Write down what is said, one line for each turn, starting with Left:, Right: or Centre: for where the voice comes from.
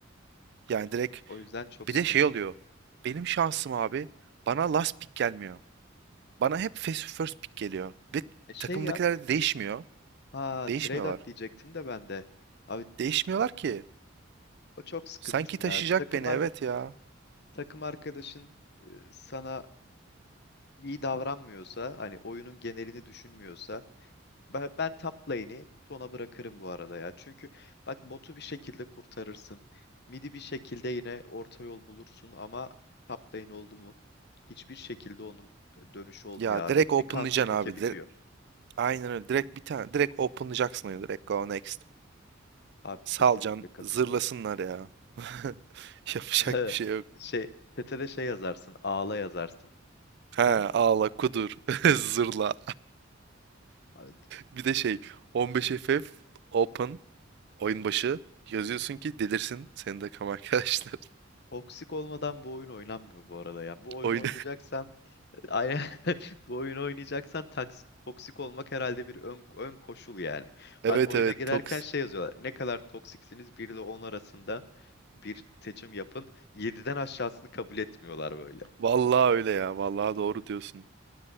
Right: Yani direkt
Left: O yüzden çok
Right: bir
Left: sıkıntılı.
Right: de şey oluyor. Benim şansım abi bana last pick gelmiyor. Bana hep first first pick geliyor. Ve
Left: E şey
Right: takımdakiler
Left: yap.
Right: de değişmiyor.
Left: Ha
Right: Değişmiyorlar.
Left: trade at diyecektim de ben de. Abi
Right: Değişmiyorlar ki.
Left: o çok sıkıntı
Right: Sanki
Left: ya.
Right: taşıyacak
Left: Takım
Right: beni
Left: ar-
Right: evet ya.
Left: takım arkadaşın e, sana iyi davranmıyorsa, hani oyunun genelini düşünmüyorsa Ben, ben top lane'i Tona bırakırım bu arada ya. Çünkü bak botu bir şekilde kurtarırsın. Midi bir şekilde yine orta yol bulursun ama top lane oldu mu hiçbir şekilde onun e, dönüşü olmuyor
Right: Ya
Left: abi.
Right: direkt openlayacaksın
Left: Bir counter pick'e
Right: abi.
Left: bitiyor.
Right: Dire- Aynen öyle. Direkt bir tane. Direkt openlayacaksın öyle. Direkt go next.
Left: Abi
Right: Salcan
Left: kesinlikle katılıyorum
Right: zırlasınlar
Left: ya.
Right: ya. <laughs> Yapacak
Left: <laughs>
Right: bir şey yok.
Left: Şey, chat'e şey yazarsın, ağla yazarsın.
Right: He
Left: Ha?
Right: ağla kudur. <laughs> Zırla.
Left: Abi,
Right: Bir de şey 15 FF open oyun başı yazıyorsun ki delirsin senin de kam arkadaşlar.
Left: toksik olmadan bu oyun oynanmıyor bu arada ya. Bu oyunu
Right: <laughs> Oyun
Left: oynayacaksan Aynen <laughs> bu oyunu oynayacaksan taks- toksik olmak herhalde bir ön, ön koşul yani.
Right: <laughs>
Left: Hadi
Right: Evet
Left: oyuna
Right: evet
Left: girerken
Right: Tox.
Left: şey yazıyorlar. Ne kadar toksiksiniz bir ile 10 arasında bir seçim yapın. Yediden aşağısını kabul etmiyorlar böyle.
Right: Vallahi öyle ya. Vallahi doğru diyorsun.